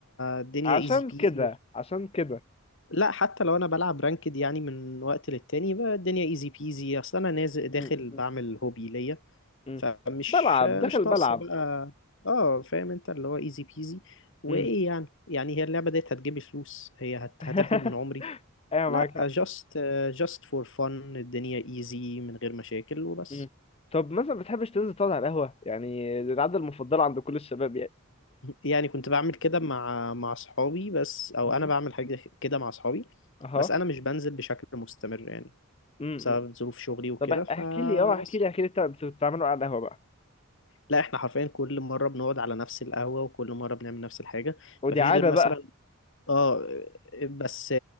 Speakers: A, on the left; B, on the left.
A: الدنيا
B: عشان
A: ايزي بيزي
B: كده
A: و...
B: عشان كده
A: لا حتى لو انا بلعب رانكد يعني من وقت للتاني بقى الدنيا ايزي بيزي اصلا انا نازل داخل
B: مم، مم،
A: بعمل هوبي ليا
B: مم،
A: فمش
B: بلعب
A: مش
B: داخل بلعب
A: ناقصه بقى اه فاهم انت اللي هو ايزي بيزي وايه
B: مم،
A: يعني يعني هي اللعبه ديت هتجيب لي فلوس هي هت
B: <laughs>
A: هتاخد من عمري
B: ايوه
A: لا
B: معاك حق
A: جاست جاست فور فن الدنيا ايزي من غير مشاكل وبس
B: مم، طب مثلا بتحبش تنزل تقعد على القهوه يعني دي العاده المفضله عند كل الشباب
A: يعني كنت بعمل كده مع مع اصحابي بس او
B: يعني
A: انا بعمل حاجه كده مع اصحابي
B: اها
A: بس انا مش بنزل بشكل مستمر يعني
B: امم
A: بسبب ظروف شغلي وكده
B: طب احكي
A: فبس
B: لي اه احكي لي احكي لي انت بتعملوا على القهوه بقى
A: لا احنا حرفيا كل مره بنقعد على نفس القهوه وكل مره بنعمل نفس الحاجه
B: ودي
A: مفيش
B: عاده
A: غير مثلا
B: بقى
A: اه بس